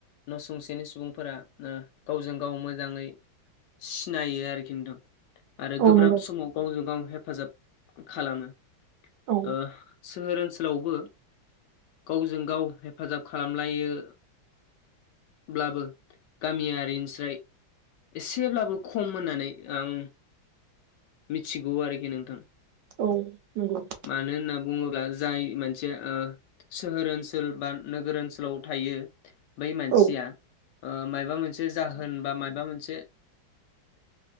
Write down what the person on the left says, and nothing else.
न' सुंसेनि सुबुंफोरा ओ गावजों गाव मोजाङै सिनायो आरोखि नोंथां आरो
गोब्राब
समाव गावजों गाव हेफाजाब खालामो
ओ सोहोर ओनसोलावबो गावजों गाव हेफाजाब खालामलायो। ब्लाबो गामियारिनिसाय एसेब्लाबो खम होननानै आं मिथिगौ आरोखि नोंथां।
मानो होनना बुङोब्ला जाय मानसेया ओ सोहोर ओनसोल बा नोगोर ओनसोलाव थायो। बै मानसिया
माबा मोनसे जाहोन बा माबा मोनसे